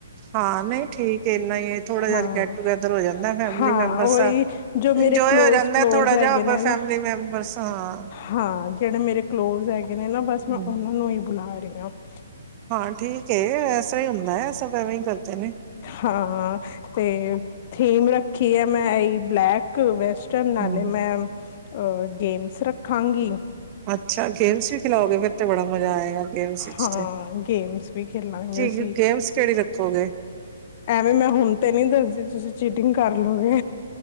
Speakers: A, on the right (about 30°); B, on the left (about 40°).
A: ਹਾਂ, ਨਹੀਂ ਠੀਕ ਇਨਾ ਹੀ ਥੋੜਾ ਜਿਹਾ
B: ਹਾਂ
A: ਗੈਟ- ਟੂਗੇੈਦਰ ਹੋ ਜਾਂਦਾ ਫੈਮਿਲੀ
B: ਹਾਂ
A: ਮੈਂਬਰਸ
B: ਉਹੀ
A: ਦਾ
B: ਜੋ ਮੇਰੇ
A: ਇੰਜੋਏ
B: ਕਲੋਜ
A: ਹੋ ਜਾਂਦਾ
B: ਕਲੋਜ
A: ਥੋੜਾ
B: ਹੈਗੇ
A: ਜਿਹਾ
B: ਨੇ
A: ਫੈਮਿਲੀ
B: ਨਾ
A: ਮੈਂਬਰਸ ਹਾਂ
B: ਹਾਂ, ਜਿਹੜੇ ਮੇਰੇ ਕਲੋਜ਼ ਹੈਗੇ ਨਾ ਬਸ ਮੈਂ
A: ਹਮ
B: ਉਹਨਾਂ ਨੂੰ ਹੀ ਬੁਲਾ ਡਿਨਔ <inaudible>
A: ਹਾਂ ਠੀਕ ਐ ਵੈਸਾ ਹੀ ਹੁੰਦਾ ਸਬ ਐਵੇਂ ਹੀ ਕਰਦੇ ਨੇ
B: ਹਾਂ ਤੇ ਥੀਮਰਾ ਕੀ ਐਮ ਆਈ ਬਲੈਕ ਵੈਸਟ ਚਲ ਨਾਲੇ
A: ਹਮ
B: ਮੈਮ ਅਹ ਗੇਮਸ ਰੱਖਾਂਗੀ
A: ਅੱਛਾ ਗੇਮਸ ਵੀ ਖਿਲਾਓਗੇ ਫਿਰ ਤੇ ਬੜਾ ਮਜ਼ਾ ਆਏਗਾ ਗੇਮਸ ਵਿੱਚ
B: ਹਾਂ
A: ਤੇ
B: ਗੇਮਸ ਵੀ ਖੇਲਾਂਗੇ
A: ਕੀ
B: ਅਸੀਂ
A: ਗੇਮਸ ਕਿਹੜੀ ਰੱਖੋਗੇ
B: ਐਵੇਂ ਮੈਂ ਹੁਣ ਤੇ ਨੀ ਦੱਸਦੀ ਤੁਸੀਂ ਚੀਟਿੰਗ ਕਰ ਲਓਗੇ